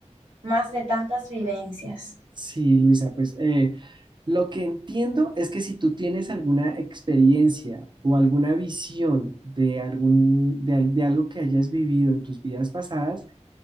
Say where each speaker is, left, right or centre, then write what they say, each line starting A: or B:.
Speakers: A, on the right; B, on the right.
A: más de tantas vivencias.
B: Sí, Luisa, pues eh, Lo que entiendo es que si tú tienes alguna experiencia o alguna visión de, algún, de, al- de algo que hayas vivido en tus vidas pasadas,